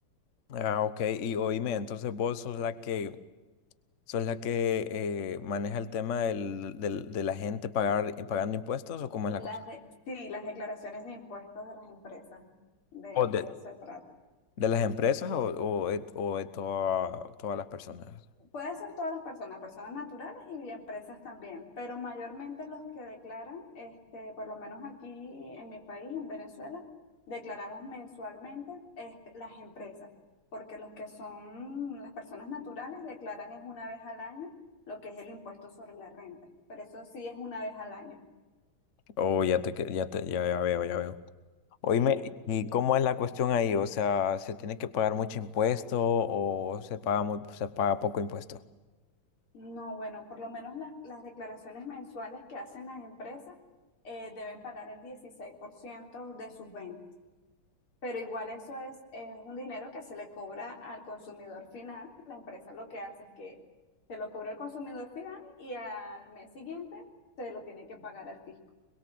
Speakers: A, on the left (about 45°); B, on the left (about 80°).
A: Ah, ok, y oíme, entonces vos sos la que sos la que eh, maneja el tema del, del- de la gente pagar, eh, pagando impuestos o cómo
B: Las
A: es la cosa?
B: de- sí, las declaraciones de impuestos de las empresas, de
A: ¿O
B: eso
A: de,
B: se trata.
A: de las empresas o, o de, o de toda- todas las personas?
B: Puede ser todas las personas, personas naturales y empresas también, pero mayormente los que declaran, este, por lo menos aquí en mi país, en Venezuela, declaramos mensualmente, este, las empresas, porque los que son las personas naturales declaran es una vez al año lo que es el impuesto sobre la renta, pero eso sí es una vez al año.
A: o ya te, que- ya te, ya, ya veo, ya veo. Oíme,
B: Sí,
A: ¿y cómo es la cuestión ahí? O sea, ¿se tiene que pagar mucho impuesto o se paga mu- se paga poco impuesto?
B: no, bueno, por lo menos las, las declaraciones mensuales que hacen las empresas eh, deben pagar el 16% de sus ventas. Pero igual eso es, es un dinero que se le cobra al consumidor final. La empresa lo que hace es que se lo cobra al consumidor final y al mes siguiente se lo tiene que pagar al fisco.